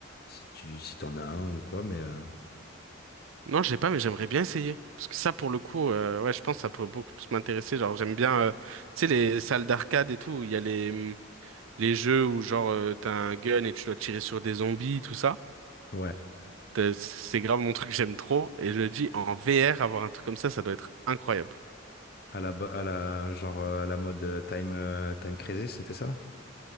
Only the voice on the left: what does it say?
si tu, si t'en as un ou quoi, mais, euh,
ouais.
À la, bo- à la, genre, euh, à la mode euh, Time, euh, Time Crisis, c'était ça?